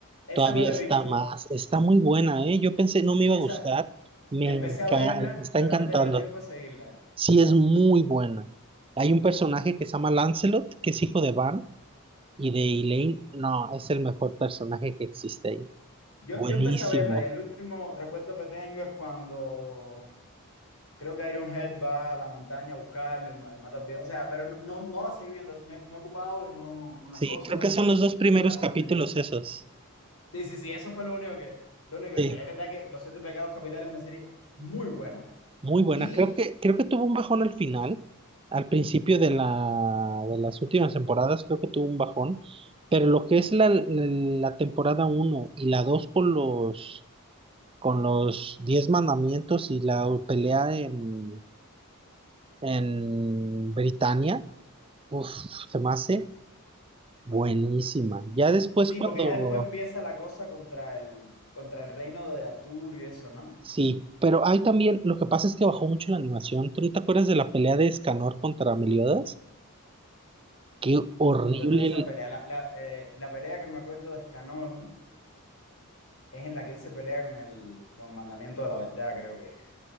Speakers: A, on the left; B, on the right.
A: esa
B: todavía
A: no la
B: está
A: he visto.
B: más, está muy buena, ¿eh? Yo pensé no me iba
A: Esa,
B: a gustar, me
A: empecé
B: enca-
A: a verla,
B: está
A: pero
B: encantando.
A: no he tenido tiempo de seguirla.
B: Sí, es muy buena. Hay un personaje que se llama Lancelot, que es hijo de Van y de Elaine. No, es el mejor personaje que existe ahí.
A: Yo,
B: Buenísimo.
A: yo empecé a verla y el último recuerdo que tengo es cuando Creo que Ironhead va a la montaña a buscarlo y ma- mata al viejo. O sea, pero no, no, no la seguí viendo. Me, me he ocupado y no con
B: Sí,
A: las cosas
B: creo que son
A: de, que lo-
B: los dos primeros
A: de- de la cotidianidad.
B: capítulos esos.
A: Sí, sí, sí, eso fue lo único que, lo único que,
B: Sí,
A: pero es verdad que Los Siete Pecados Capitales es una serie muy buena.
B: muy buena.
A: Y
B: Creo que, creo que tuvo un bajón al final, al principio de la, de las últimas temporadas, creo que tuvo un bajón. Pero lo que es la, la temporada uno y la 2 con los, con los 10 mandamientos y la pelea en, en Britania, uf, se me hace buenísima. Ya después
A: sí,
B: cuando
A: porque ya después empieza la cosa contra el, contra el reino de Arturo y eso, ¿no?
B: Sí, pero hay también, lo que pasa es que bajó mucho la animación. ¿Tú no te acuerdas de la pelea de Escanor contra Meliodas? Qué horrible
A: No me acuerdo de esa
B: el
A: pelea. La, la, eh, la pelea que me acuerdo de Escanón es en la que él se pelea con el, con el mandamiento de la verdad, creo que.